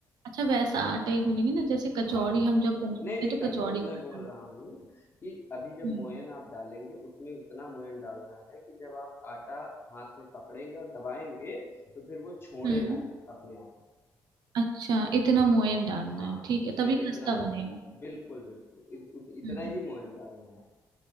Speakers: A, on the right; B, on the left.
A: अच्छा वैसा आटा ही गूनेंगे ना जैसे
B: हाँ।
A: कचौड़ी हम जब बनाते
B: नहीं, नहीं
A: हैं तो
B: कचौड़ी
A: कचौड़ी खाता
B: मैं बोल
A: है
B: रहा हूँ कि अभी जब
A: हम्म
B: मोयन आप डालेंगे उसमें उतना मोयन डालना है कि जब आप आटा हाथ में पकड़ेंगे और दबाएंगे तो फिर वो छोड़े
A: हम्म
B: ना एक- अपने आप
A: अच्छा इतना मोयन डालना
B: हाँ
A: है ठीक है
B: उसमें
A: तभी
B: इतना
A: खस्ता बनेगा
B: ही बिल्कुल बिल्कुल इ, उत, इतना
A: हम्म
B: ही मोयन डालना है